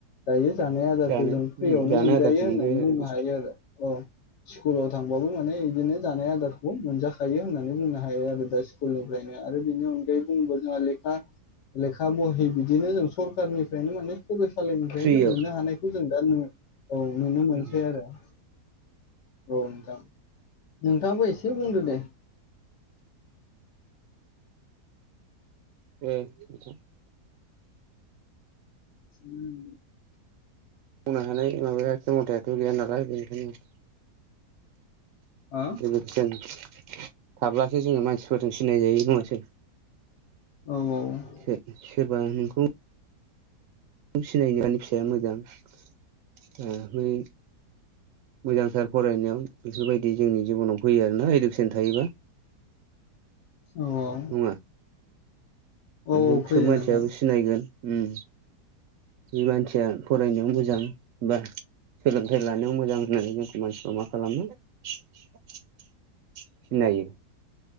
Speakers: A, on the left; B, on the right.
A: दायो जानाय आदारखौ
B: जानो
A: जों
B: उम
A: फ्रियावनो
B: जानो
A: मोनजायो
B: आदारखौ
A: होननानै
B: आरो
A: बुंनो हायो आरो औ। स्कुलाव थांबाबो माने बिदिनो जानाय आदारखौ मोनजाखायो होननानै बुंनो हायो आरो दा स्कुल निफ्रायनो आरो बिनि अनगायै बुंबो जोंहा लेखा लेखा बहि बिदिनो जों सरखारनि बेनि माने फरायसालिनिफ्रायनो
B: फ्रियाव
A: जों मोननो हानायखौ जों दा नु औ नुनो मोनसै
B: उम
A: आरो। औ नोंथां। नोंथाङाबो एसे बुंदो दे।
B: उम
A: <unintelligible>
B: मावनो हानाय माबाया खेम'थायाथ' गैया नालाय बेनिखायनो
A: हा
B: लोगोफोरजों थाब्लासो जोङो मानसिफोरजों सिनाय जाय नङासै?
A: औ औ
B: सोर-सोरबा नोंखौ सिनायनो आंनि फिसाया मोजां ओ बै मोजांथार फरायनायाव बेफोरबायदि जोंनि जिबनाव फैयो आरोना इडुकेसन थायोबा।
A: औ
B: नङा उम
A: औ
B: नोंखौ
A: औ फैयो
B: सब मानसियाबो
A: नोंथां
B: सिनायगोन उम बे मानसिया फरायनायाव मोजां बा सोलोंथाइ लानायाव मोजां होननानै जोंखौ मानसिफ्रा मा खालामो सिनायो